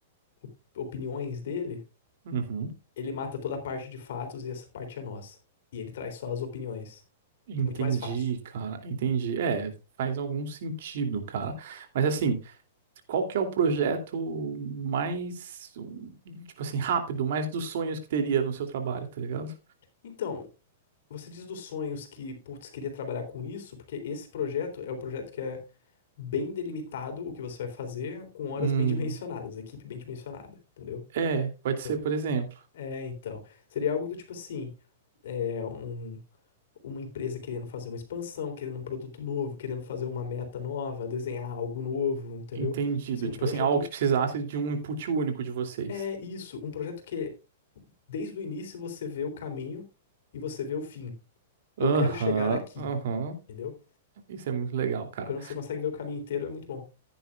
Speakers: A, on the left; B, on the right.
A: op- opiniões dele,
B: Uhum.
A: ele mata toda a parte de fatos e essa parte é nossa. E ele traz só as opiniões.
B: Entendi,
A: Muito mais fácil.
B: cara. Entendi. É, faz algum sentido, cara. Mas assim. qual que é o projeto mais, um, tipo assim, rápido, mais dos sonhos que teria no seu trabalho, tá ligado?
A: Então, você diz dos sonhos que, putz, queria trabalhar com isso, porque esse projeto é o projeto que é bem delimitado o que você vai fazer, com horas
B: Hum,
A: bem <laughs> dimensionadas, equipe bem dimensionada, entendeu?
B: é, pode ser,
A: Não.
B: por exemplo,
A: É, então. Seria algo do tipo assim, é, um- uma empresa querendo fazer uma expansão, querendo um produto novo, querendo fazer uma meta nova, desenhar algo novo, entendeu?
B: entendido,
A: Tipo assim, um
B: tipo
A: projeto.
B: assim, algo que precisasse de um input único de vocês.
A: É isso, um projeto que desde o início você vê o caminho e você vê o fim. Eu
B: Aham,
A: quero chegar aqui,
B: aham,
A: entendeu?
B: isso é muito legal, cara.
A: Quando você consegue ver o caminho inteiro, é muito bom.